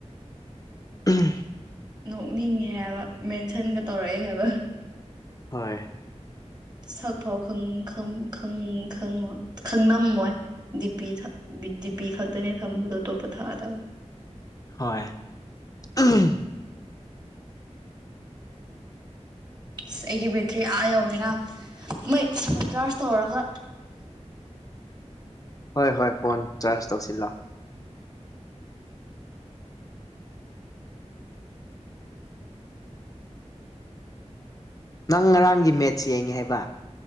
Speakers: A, on the left; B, on the right.
A: ꯑꯝ
B: ꯅꯣꯛꯅꯤꯡꯉꯦ ꯍꯥꯏꯕ ꯃꯦꯟꯁꯟꯒ ꯇꯧꯔꯛꯑꯦ ꯍꯥꯏꯕ
A: ꯍꯣꯏ
B: ꯁꯛ ꯐꯥꯎꯪ ꯈꯪ ꯈꯪ ꯈꯪ ꯈꯪꯉꯣꯢ ꯈꯪꯉꯝꯃꯣꯏ ꯗꯤꯄꯤ ꯗꯤꯄꯄꯤ ꯈꯇꯅꯦ ꯊꯝꯕꯗ ꯇꯣꯞꯄ ꯊꯥꯗ
A: ꯍꯣꯏ ꯑꯝ
B: ꯑꯁ ꯑꯩꯒꯤ ꯕꯦꯇ꯭ꯔꯤ ꯑꯥ ꯌꯧꯔꯦꯅ ꯃꯩ ꯐꯣꯟ ꯆꯥꯔꯖ ꯇꯧꯔꯒꯧ
A: ꯍꯥ ꯍꯣꯏ ꯍꯣꯏ ꯐꯣꯟ ꯆꯥꯔꯖ ꯇꯧꯁꯤꯜꯂꯣ ꯅꯪ ꯉꯔꯥꯡꯒꯤ ꯃꯦꯠꯁ ꯌꯦꯡꯉꯦ ꯍꯥꯏꯕ꯫